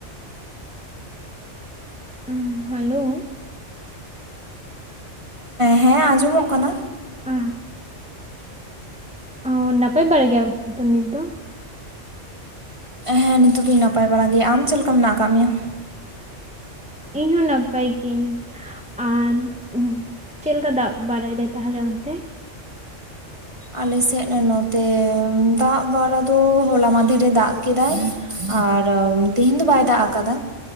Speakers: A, in the centre; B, on the right (about 25°).
A: ᱩᱸ, ᱦᱮᱞᱳ ᱾
B: ᱦᱮᱸ ᱟᱸᱡᱚᱢᱚᱜ ᱠᱟᱱᱟ ᱾
A: ᱟ ᱚ ᱱᱟᱯᱟᱭ ᱵᱟᱲᱟ ᱜᱮᱭᱟᱯᱮ ᱱᱤᱛ ᱫᱚ?
B: ᱦᱮᱸ ᱱᱤᱛᱳᱜ ᱫᱚᱧ ᱱᱟᱯᱟᱭ ᱵᱟᱲᱟ ᱜᱮᱭᱟ, ᱟᱢ ᱪᱮᱫ ᱞᱮᱠᱟ ᱢᱮᱱᱟᱜ ᱟᱠᱟᱫ ᱢᱮᱭᱟ?
A: ᱤᱧᱦᱚ ᱱᱟᱯᱟᱭ ᱜᱤᱧ ᱾ ᱟᱨ ᱪᱮᱫ ᱞᱮᱠᱟ ᱫᱟᱜ ᱵᱟᱲᱟᱭ ᱫᱟᱭ ᱛᱟᱦᱞᱮ ᱚᱱᱛᱮ?
B: ᱟᱞᱮ ᱥᱮᱫ ᱱᱚᱛᱮ ᱫᱟᱜ ᱵᱟᱲᱟ ᱫᱚ ᱦᱚᱞᱟ ᱢᱟᱫᱷᱮᱨᱮ ᱫᱟᱜ ᱠᱮᱫᱟᱭ ᱾ ᱟᱨ ᱛᱤᱦᱤᱧ ᱫᱚ ᱵᱟᱭ ᱫᱟᱜ ᱟᱠᱟᱫᱟ,